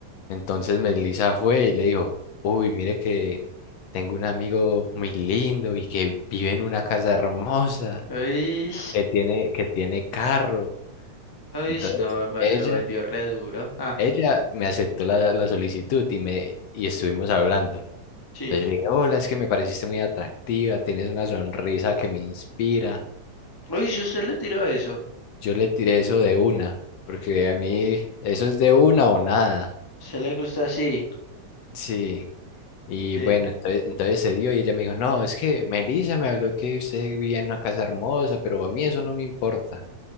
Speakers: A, on the left; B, on the left.
A: Entonces Melissa fue y le dijo, uy, mire que tengo un amigo muy lindo y que vive en una casa hermosa,
B: Ay,
A: que tiene, que tiene carro.
B: ay,
A: Entonces
B: no, me
A: ella,
B: lo vendió re duro. Ah,
A: ella me aceptó la, la solicitud y me, y estuvimos hablando.
B: sí.
A: Entonces le dije, hola, es que me pareciste muy atractiva, tienes una sonrisa que me inspira.
B: Uy, si usted le tiró eso.
A: Yo le tiré eso de una, porque a mí eso es de una o nada.
B: ¿Se le gusta así?
A: Sí. Y
B: Sí.
A: bueno, entonces, entonces se dio y ella me dijo, no, es que Melissa me habló que usted vivía en una casa hermosa, pero a mí eso no me importa.